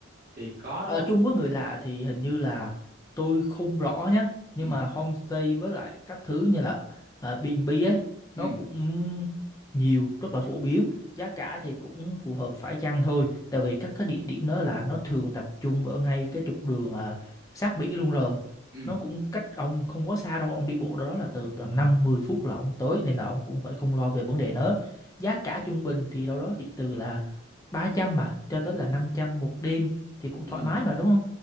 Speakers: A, on the right (about 45°); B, on the left (about 15°).
A: thì có đúng
B: ở
A: không
B: chung với người lạ thì hình như là tôi không rõ nhá nhưng
A: ừ
B: mà homestay với lại các thứ như là uh, B&B ấy nó
A: ừ
B: cũng nhiều rất là phổ biến giá cả thì cũng phù hợp phải chăng thôi tại vì các cái địa điểm đó là nó thường tập trung ở ngay cái trục đường à, sát biển luôn rồi
A: ừ
B: nó cũng cách ông không quá xa đâu ông đi bộ đâu đó là từ tầm 5 10 phút là ông tới nên là ông cũng phải không lo về vấn đề nữa giá cả trung bình thì đâu đó chỉ từ là 300 mà cho tới là năm trăm một đêm thì cũng
A: ừ
B: thoải mái mà đúng không?